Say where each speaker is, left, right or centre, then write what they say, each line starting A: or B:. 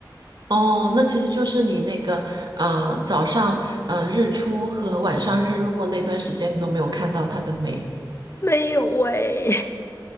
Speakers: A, on the right; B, on the left.
A: 哦，那其实就是你那个呃早上呃日出和晚上日落那段时间，你都没有看到它的美
B: 没有喂，